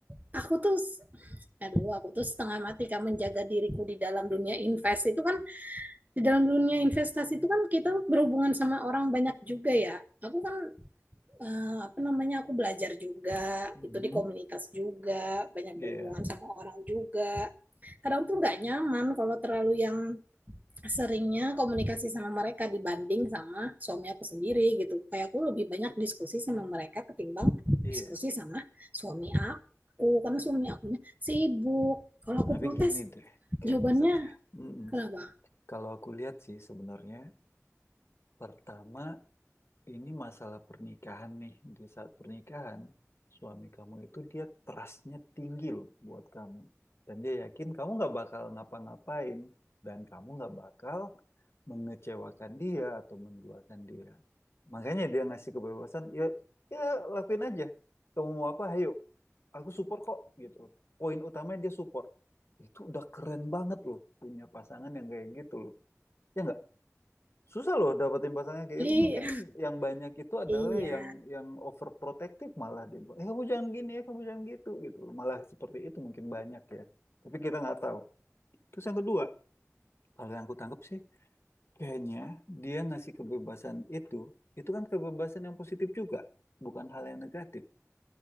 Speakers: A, on the right (about 30°); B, on the left (about 50°).
A: aku tuh Aduh, aku tuh setengah mati kan menjaga diriku di dalam dunia invest itu kan di dalam dunia investasi itu kan kita berhubungan sama orang banyak juga ya. Aku kan eh, apa namanya aku belajar juga
B: Mhm.
A: itu di komunitas juga banyak
B: Iya,
A: berhubungan sama orang juga. Kadang tuh nggak nyaman kalau terlalu yang seringnya komunikasi sama mereka dibanding sama suami aku sendiri gitu. Kayak aku lebih banyak diskusi sama mereka ketimbang
B: iya.
A: diskusi sama suami aku karena suami akunya sibuk. Kalau aku
B: Tapi
A: protes
B: gini deh, kayaknya
A: jawabannya
B: Zak ya. Mm-mm.
A: kenapa?
B: Kalau aku lihat sih sebenarnya pertama Ini masalah pernikahan nih. Di saat pernikahan, suami kamu itu dia trustnya tinggi loh buat kamu. Dan dia yakin kamu nggak bakal ngapa-ngapain. Dan kamu nggak bakal mengecewakan dia atau menduakan dia. Makanya dia ngasih kebebasan, ya, ya lakuin aja. Kamu mau apa, ayo. Aku support kok, gitu. loh. Poin utamanya dia support. Itu udah keren banget loh punya pasangan yang kayak gitu loh. Ya nggak? Susah loh dapetin pasangan kayak
A: Li,
B: gitu. Mungkin yang banyak itu adalah
A: iya
B: yang yang overprotective malah dia buat. Eh kamu jangan gini, eh kamu jangan gitu gitu. Malah seperti itu mungkin banyak ya. Tapi kita nggak tahu. Terus yang kedua, kalau yang aku tangkap sih, kayaknya dia ngasih kebebasan itu, itu kan kebebasan yang positif juga, bukan hal yang negatif